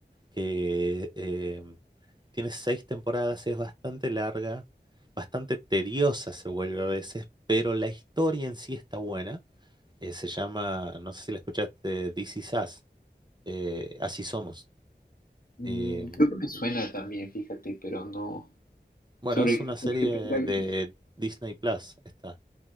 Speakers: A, on the right (about 25°); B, on the left (about 50°).
A: que eh, tiene seis temporadas, es bastante larga, bastante tediosa se vuelve a veces, pero la historia en sí está buena. Eh, se llama, no sé si la escuchaste, This Is Us, eh, Así Somos.
B: Mm,
A: Eh,
B: creo que me suena también, fíjate, pero no.
A: bueno,
B: ¿Sobre,
A: es una serie
B: sobre qué trata?
A: de Disney Plus, está.